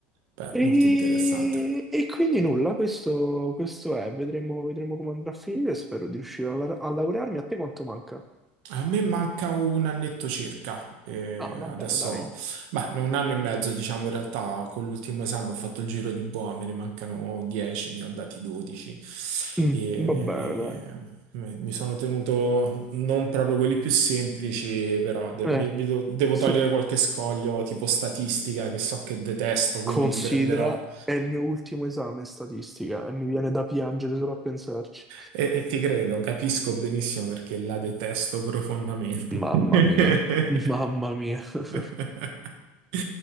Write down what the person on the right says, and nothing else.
Beh,
molto interessante.
A me manca un annetto circa, eh,
adesso,
beh, no, un anno e mezzo diciamo in realtà, con l'ultimo esame ho fatto il giro di boa, me ne mancano 10, ne ho dati 12
e, eh,
eh, mi sono tenuto non proprio quelli più semplici, però de-
mi- mi do- devo
togliere
qualche scoglio tipo statistica che so che detesto,
quindi mi prenderò
e, e ti credo, capisco benissimo perché la detesto profondamente.
<laughs>
Eh,